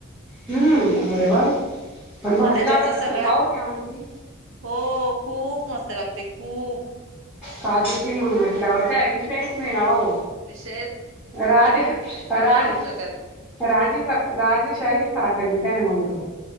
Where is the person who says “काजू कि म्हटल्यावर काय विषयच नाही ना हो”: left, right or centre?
Centre